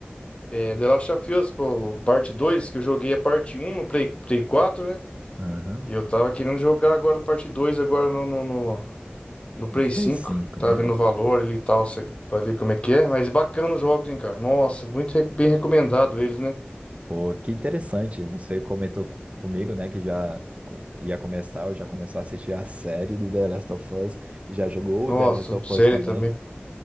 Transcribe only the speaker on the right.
Aham.
No Play
cinco
né?
Pô, que interessante. Você comentou co- comigo, né, que já co- ia começar, ou já começou a assistir a série do The Last of Us, já jogou
o The Last of
Us também.